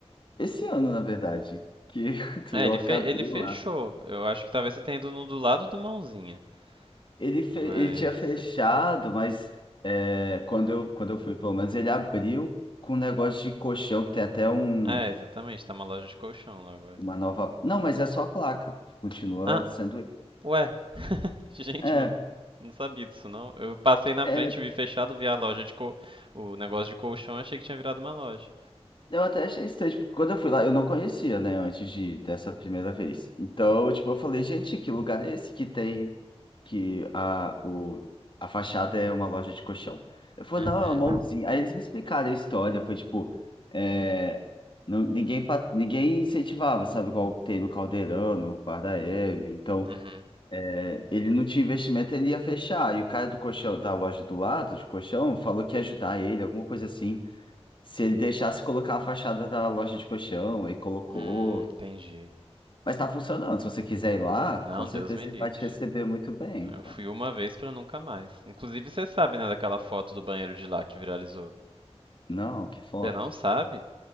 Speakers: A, on the left (about 45°); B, on the right (about 50°).
A: esse ano, na verdade, que <laughs>
B: É,
A: eu
B: ele,
A: acabei
B: fe- ele fechou.
A: lá.
B: Eu acho que talvez você tenha ido no do lado do mãozinha.
A: Ele, fe-
B: Mas.
A: ele tinha fechado, mas é, quando eu, quando eu fui, pelo menos, ele abriu com um negócio de colchão, que tem até um.
B: É, exatamente, tá uma loja de colchão lá agora.
A: Uma nova. Não, mas é só a placa. Continua
B: Ah,
A: sendo.
B: ué, <laughs> gente,
A: É,
B: mas não sabia disso não. Eu passei na
A: é,
B: frente, vi fechado, vi a loja de co... o negócio de colchão, achei que tinha virado uma loja.
A: eu até achei estranho. Tipo, quando eu fui lá, eu não conhecia, né? Antes de dessa primeira vez. Então, tipo, eu falei, gente, que lugar é esse que tem. Que a, o, a fachada é uma loja de colchão. Eu falei,
B: Uhum.
A: não, é uma usina. Aí eles me explicaram a história. Foi tipo. é, não- ninguém, pa- ninguém incentivava, sabe? Igual tem no Caldeirão, no Bar da Hebe. Então.
B: Uhum.
A: É, Ele não tinha investimento, ele ia fechar. E o cara do colchão, da loja do lado, de colchão, falou que ia ajudar ele, alguma coisa assim. Se ele deixasse colocar a fachada da loja de colchão, aí colocou.
B: Hum, entendi.
A: Mas tá funcionando. Se você quiser ir lá, com
B: Não,
A: certeza
B: Deus me livre.
A: ele vai te receber muito bem,
B: Eu
A: cara.
B: fui uma vez pra nunca mais. Inclusive, você sabe, né, daquela foto do banheiro de lá que viralizou?
A: Não, que foto.
B: Você não sabe?